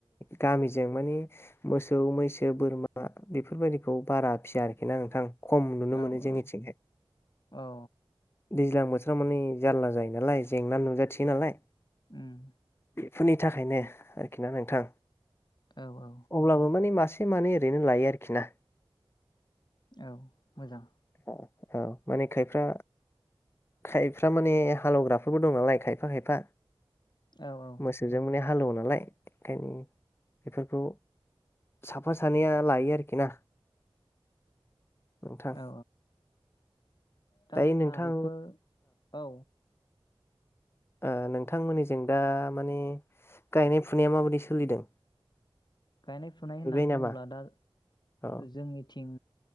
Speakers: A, on the left; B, on the left.
A: गामिजों माने मोसौ मैसो बोरमा बेफोरबायदिखौ बारा फिसिया आरोखि ना नोंथां। खम नुनो
B: औ
A: मोनो जोंनि
B: औ
A: थिंहाय
B: औ
A: दैज्लां बोथ नोंस्रा माने जारला जायो नालाय जेंना नुजाथियो नालाय
B: उम
A: बेफोरनि थाखायनो आरोखि ना नोंथां।
B: औ औ
A: अब्लाबो माने मासे से मानै ओरैनो लायो आरोखि ना।
B: औ मोजां।
A: औ माने खायफ्रा खायफ्रा माने हालौवग्राफोरबो दं नालाय खायफा खायफा।
B: औ औ
A: मोसौजों माने हा हालौवो नालाय ओंखायनो बेफोरखौ साफा सानैया लायो आरोखि ना। नोंथां।
B: औ दा
A: दायो
B: जोंहा
A: नोंथां
B: बेफोर औ।
A: ओ नोंथांमोननिजों दा माने गायनाय फुनाया माबायदि सोलिदों।
B: गायनाय फुनाय
A: गायबाय
B: होननानै
A: नामा?
B: बुङोब्ला दा
A: औ
B: जोंनिथिं